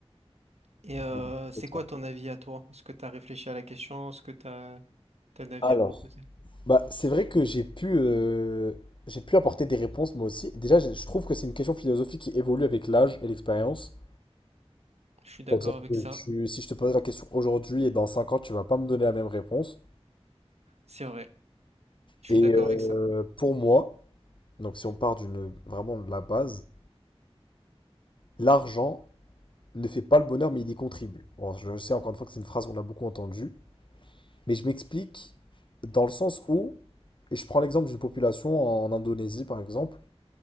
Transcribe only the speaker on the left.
Ouais, complètement.
Alors,
bah c'est vrai que j'ai pu euh, j'ai pu apporter des réponses moi aussi. Déjà, je je trouve que c'est une question philosophique qui évolue avec l'âge et l'expérience.
C'est-à-dire
que
tu, si je te pose la question aujourd'hui et dans 5 ans, tu vas pas me donner la même réponse.
Et
euh,
pour moi, donc si on part d'une vraiment de la base, l'argent ne fait pas le bonheur, mais il y contribue. Bon, je sais encore une fois que c'est une phrase qu'on a beaucoup entendue, mais je m'explique dans le sens où, et je prends l'exemple d'une population en Indonésie par exemple,